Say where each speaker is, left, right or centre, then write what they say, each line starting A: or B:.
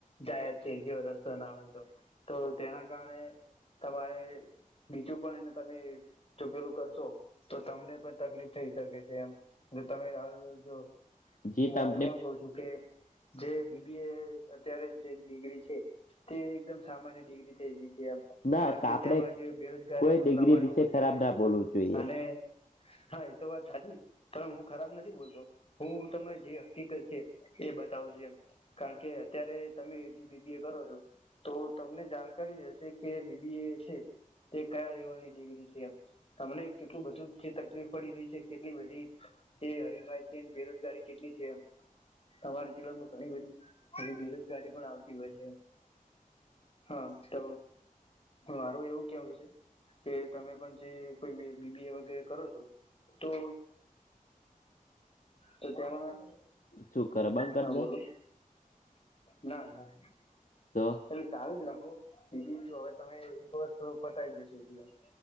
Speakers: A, on the left; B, on the left.
A: જાયા છએ જે રસ્તો ના હોય તો, તો તેના કારણે. તમારે બીજું પણ એને તમે ચૂકેલું કરશો, તો તમને પણ તકલીફ થઈ શકે છે એમ, જો તમે જો
B: જે
A: હું
B: તમને
A: એમ કઉ છું કે જે બી બી એ અત્યારે જે ડિગ્રી છે, તે એકદમ સામાન્ય ડિગ્રી થઈ ગઈ છે એમ
B: ના
A: કારણ કે
B: આપડે
A: તેમાં જે બેરોજગારીનું
B: કોઈ ડિગ્રી
A: પ્રમાણ
B: વિશે
A: એવું વધી
B: ખરાબ
A: ગયું
B: ના
A: છે,
B: બોલવું જોઈએ.
A: અને હા એતો વાત સાચી પણ હું ખરાબ નથી બોલતો, હું તમને જ હીત છે એ બતાવશે એમ, કારણ કે અત્યારે તમે એટલી બીબી એ કરો છો. તો તમને જાણકારી જ હશે, કે બીબી એ છે એ કયા લેવલની ડિગ્રી છે એમ. તમને કેટલું બધું જે તકલીફ પડી રહી છે કેટલી બધી તે જે હરીફાઈ છે બેરોજગારી કેટલી છે. તમારા જીવનમાં ઘણી બધી બેરોજગારી પણ આવતી હોય છે. હા ચવ મારું એવું કેવું છે કે તમે પણ જે કોઈ બી બી એ વગેરે કરો છો તો તો તેમાં
B: શું કરે બંધ કરી
A: હા બોલો
B: દે
A: ના ના.
B: તો
A: એટલે ચાલુ જ રાખો બી બી ઓ હવે તમે એક વસ્તુ પતાવી દેશું ત્યાં.